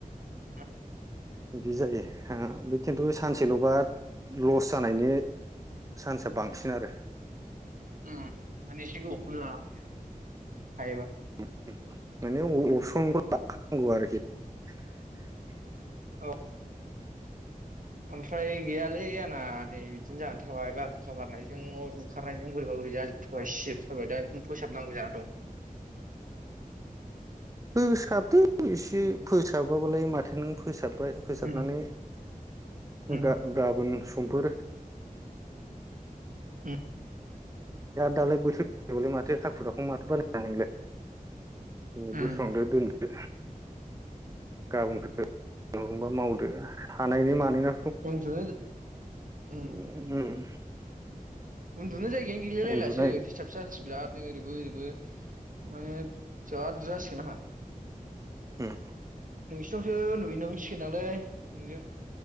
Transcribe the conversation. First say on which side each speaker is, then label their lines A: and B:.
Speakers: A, on the right; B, on the right.
A: उ।
B: बिदि जायो हा बि खिन्थु सानसेल'बा लस जानायनि चान्सा बांसिन आरो।
A: उम माने एसे गोबावखौनो लाबाय आरो। हायोबा?
B: <unintelligible>
A: ओ। ओमफ्राय गैयालै आंना नै बिदिनो जाना थाबाय बारहुंखा बारनायजों न' बुखारनायजों बोरैबा बोरैबि जाजोबथारबाय सिजोबथारबाय दा बेखौनो फोसाबनांगौ जाना दं।
B: फोसाबदो एसे फोसाबाबालाय माथो नों फोसाब फाय फोसाबनानै
A: उम उम
B: गा गाबोन स समफोर
A: उ।
B: दालाय <unintelligible> माथो हाखु दाखु माथो बानायनो हानो नोंलाय बिनो
A: उम
B: बोस्रांदो दोनदो गाबोनखौ बा मावदो। हानायनि मानि न
A: उन्दुनो
B: <unintelligible>
A: उम उन्दुनो जाय गायानो गैलाय
B: उन्दुनाय
A: लायलासो दिस्थाबसो जानोसै बिरादनो ओरैबो ओरैबो माने जाद जासिगोन आहा।
B: उम।
A: नोंसिनावसो नुयोनांसिगोन दांलै नोंजों।